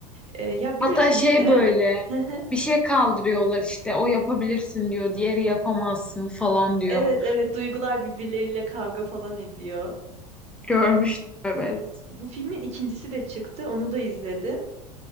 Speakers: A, on the right (about 35°); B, in the centre.
A: E, ya biliyorsun
B: Hatta şey
A: işte.
B: böyle
A: <laughs>
B: bir şey kaldırıyorlar işte o yapabilirsin diyor diğeri yapamazsın falan diyor.
A: Evet evet duygular birbirleriyle kavga falan ediyor.
B: Görmüştüm evet.
A: Bu filmin ikincisi de çıktı. Onu da izledim.